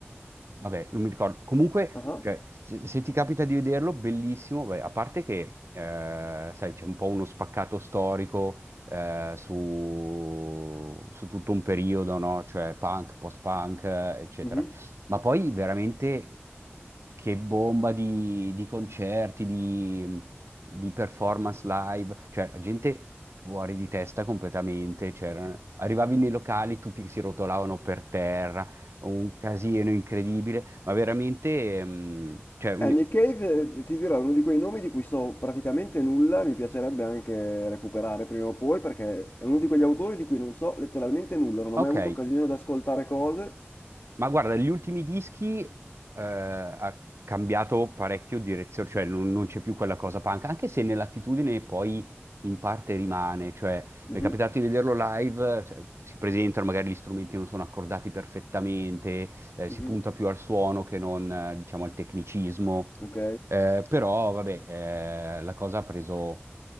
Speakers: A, on the right (about 75°); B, on the left (about 55°).
A: Vabbè, non mi ricordo. Comunque,
B: Ah.
A: cioè, se, se ti capita di vederlo, bellissimo. Beh, a parte che, eh, sai, c'è un po' uno spaccato storico eh, su, su tutto un periodo, no? Cioè punk, post-punk, eh, eccetera.
B: Mhm.
A: Ma poi veramente che bomba di, di concerti, di, di performance live. Cioè, la gente fuori di testa completamente. C'era- Arrivavi nei locali, tutti si rotolavano per terra un casino incredibile, ma veramente, ehm, cioè, un-
B: Eh, Nick Cave, eh, ti dirò, è uno di quei nomi di cui so praticamente nulla, mi piacerebbe anche recuperare prima o poi, perché è uno di quegli autori di cui non so letteralmente nulla, non
A: ok,
B: ho mai avuto occasione di ascoltare cose.
A: Ma guarda, gli ultimi dischi eh, ha cambiato parecchio direzione, cioè non, non c'è più quella cosa punk, anche se nell'attitudine poi in parte rimane, cioè
B: Mhm,
A: mi è capitato di vederlo live, cioè, si presentano, magari gli strumenti non sono accordati perfettamente, eh,
B: mhm,
A: si punta più al suono che non, eh, diciamo, al tecnicismo,
B: Ok.
A: Eh, però vabbè, eh, la cosa ha preso